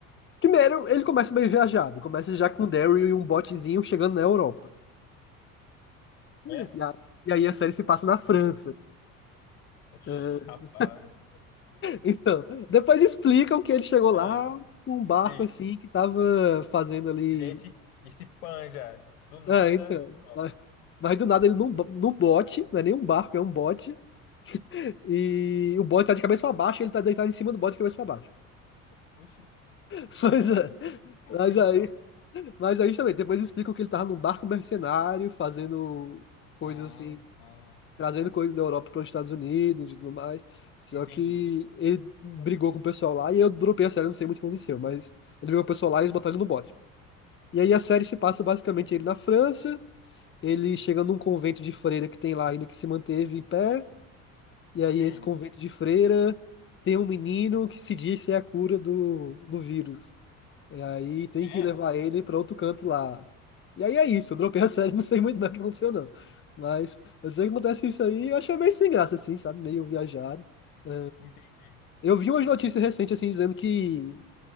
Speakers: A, on the left; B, on the left.
A: primeiro, ele começa bem viajado, começa já com o Daryl e um botezinho chegando na Europa.
B: É?
A: E, a- e aí a série se passa na França.
B: Meu Deus. Oxi,
A: É,
B: rapaz.
A: então, depois explicam que ele chegou lá
B: Ah,
A: com um barco
B: sim.
A: assim que tava fazendo ali.
B: Já é esse, esse pan já. Do nada.
A: Ah, então.
B: é próprio.
A: Mas, mas do nada ele num, bo- num bote, não é nem um barco, é um bote. E o bote tá de cabeça pra baixo, ele tá deitado em cima do bote de cabeça pra baixo.
B: Oxi,
A: <laughs> Mas, é,
B: entendi
A: mas aí
B: então.
A: Mas aí também, depois explicam que ele tava num barco mercenário, fazendo coisas
B: Ah,
A: assim,
B: ah,
A: trazendo coisas da Europa para os Estados Unidos e tudo mais. Só
B: entendi.
A: que ele brigou com o pessoal lá e eu dropei a série, não sei muito o que aconteceu, mas ele brigou com o pessoal lá e eles botaram ele no bote. E aí a série se passa basicamente ele na França, ele chega num convento de freira que tem lá ainda que se manteve em pé, e aí
B: Hum,
A: esse convento de freira tem um menino que se diz ser a cura do, do vírus. E aí tem
B: é?
A: que levar ele pra outro canto lá. E aí é isso, eu dropei a série, <laughs> não sei muito bem o que aconteceu, não. Mas eu sei que acontece isso aí, eu achei meio sem graça, assim, sabe? Meio viajado. É,
B: Entendi.
A: Eu vi umas notícias recentes, assim, dizendo que